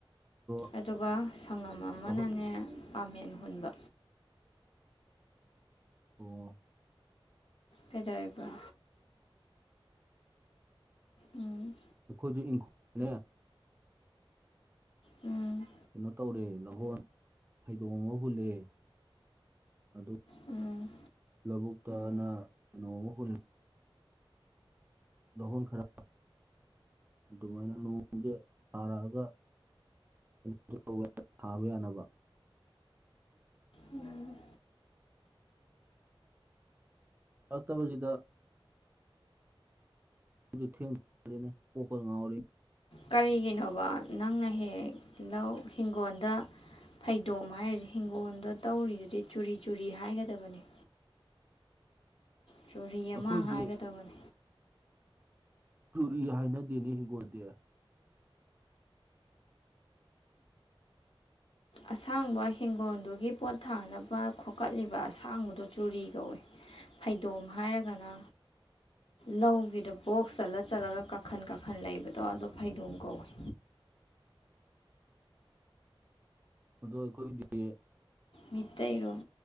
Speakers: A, on the right; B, on the left.
A: <unintelligible>
B: ꯑꯗꯨꯒ ꯁꯪꯉꯝ ꯑꯃꯅꯅꯦ
A: ꯑꯣ
B: ꯄꯥꯃꯦꯟ ꯍꯨꯟꯕ
A: ꯑꯣ
B: ꯀꯩꯗꯧꯑꯦꯕ ꯎꯝ
A: ꯑꯩꯈꯣꯏꯖꯨ ꯏꯪꯈꯣꯜꯅꯦ
B: ꯎꯝ
A: ꯀꯩꯅꯣ ꯇꯧꯔꯦ ꯂꯧꯍꯣꯟ ꯐꯩꯗꯣꯝ ꯑꯃ ꯍꯨꯜꯂꯦ ꯑꯗꯨ
B: ꯎꯝ
A: ꯂꯧꯕꯨꯛꯇꯅ ꯀꯩꯅꯣ ꯑꯃ ꯍꯨꯟ ꯂꯧꯍꯣꯟ ꯈꯔ ꯑꯗꯨꯃꯥꯏꯅ ꯅꯣꯡꯖ‌ꯦ ꯇꯥꯔꯛꯑꯒ <unintelligible> ꯊꯥꯕ ꯌꯥꯅꯕ
B: ꯎꯝ
A: ꯇꯥꯔꯛꯇꯕꯖꯤꯗ <unintelligible> ꯀꯣꯛꯀ ꯉꯥꯎꯔꯦ
B: ꯀꯔꯤꯒꯤꯅꯣꯕ ꯅꯪꯅ ꯍ‌ꯦꯍꯦꯛ ꯂꯧ ꯍꯤꯡꯒꯣꯟꯗ ꯐꯩꯗꯣꯝ ꯍꯥꯏꯔꯤꯖ‌ꯦ ꯍꯤꯡꯒꯣꯟꯗ ꯇꯧꯔꯤꯗꯨꯗꯤ ꯆꯨꯔꯤ ꯆꯨꯔꯤ ꯍꯥꯏꯒꯗꯕꯅꯤ ꯆꯨꯔꯤ ꯑꯃ
A: ꯑꯩꯈꯣꯏꯗꯤ
B: ꯍꯥꯏꯒꯗꯕꯅꯤ
A: ꯆꯨꯔꯤ ꯍꯥꯏꯅꯗ‌ꯦꯅꯦ ꯍꯤꯡꯒꯣꯟꯗꯤ
B: ꯑꯁꯥꯡꯕ ꯍꯤꯡꯒꯣꯟꯗꯨꯒꯤ ꯄꯣꯠ ꯊꯥꯅꯕ ꯈꯣꯀꯠꯂꯤꯕ ꯑꯁꯥꯡꯕꯗꯣ ꯆꯨꯔꯤ ꯀꯧꯋ‌ꯦ ꯐꯩꯗꯣꯝ ꯍꯥꯏꯔꯒꯅ ꯂꯧꯒꯤꯗ ꯕꯣꯛꯁ ꯆꯜꯂ ꯆꯜꯂꯒ ꯀꯥꯈꯟ ꯀꯥꯈꯟ ꯂꯩꯕꯗꯣ ꯑꯗꯣ ꯐꯩꯗꯣꯡ ꯀꯧꯋ‌ꯦ
A: ꯑꯗꯣ ꯑꯩꯈꯣꯏꯗꯤ
B: ꯃꯤꯠꯇꯩꯔꯣꯟ